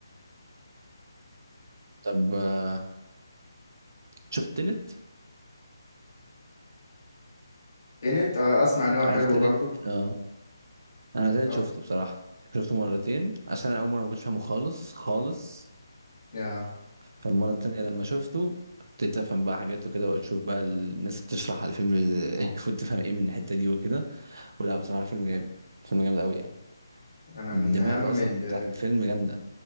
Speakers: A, on the right; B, on the left.
A: طب آه، شفت تنت
B: يعني انت اسمع ان هو حلو
A: عارف تنت
B: برضو
A: اه انا تنت
B: أف-
A: شفته بصراحه شفته مرتين عشان انا اول مره ما كنتش فاهمه خالص خالص
B: آه.
A: فالمره التانيه لما شفته ابتديت افهم بقى حاجات وكده واشوف بقى الناس بتشرح على الفيلم <laughs> المفروض تفهم ايه من الحته دي وكده ولا بصراحه فيلم جامد فيلم جامد قوي يعني
B: انا من
A: الدماغ
B: اهم
A: اصلا
B: ال
A: بتاعت الفيلم جامده